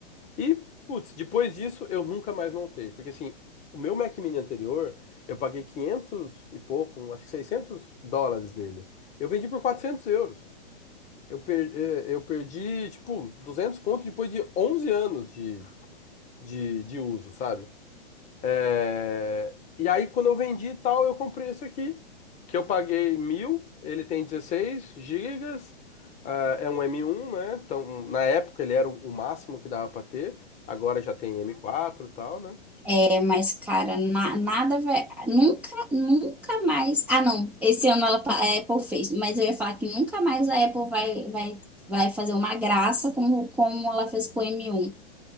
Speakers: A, on the left; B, in the centre.
A: E, putz, depois disso eu nunca mais montei. Porque, assim, o meu Mac Mini anterior, eu paguei 500 e pouco, acho que 600 dólares dele. Eu vendi por 400 euros. Eu, per, eh, eu perdi, tipo, 200 conto depois de 11 anos de, de, de uso, sabe? É, E aí, quando eu vendi e tal, eu comprei esse aqui, que eu paguei mil, ele tem 16 gigas, ah, é um m um né? Então, na época ele era o o máximo que dava pra ter, agora já tem m quatro e tal, né?
B: É, mas, cara, na- nada vai. Nunca, nunca mais. Ah, não. Esse ano ela, pa- a Apple fez. Mas eu ia falar que nunca mais a Apple vai, vai, vai fazer uma graça como, como ela fez com o M1.